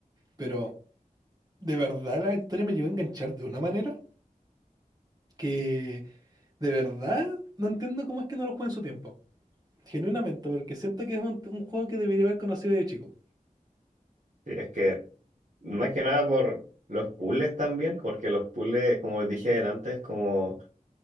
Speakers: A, on the right (about 25°); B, on the right (about 60°).
A: Pero de verdad la historia me llegó a enganchar de una manera que de verdad no entiendo cómo es que no lo jugué en su tiempo. Genuinamente, porque siento que es un, un juego que debería haber conocido de chico.
B: Y Es que más que nada por los puzzles también, porque los puzzles, como dije antes, como...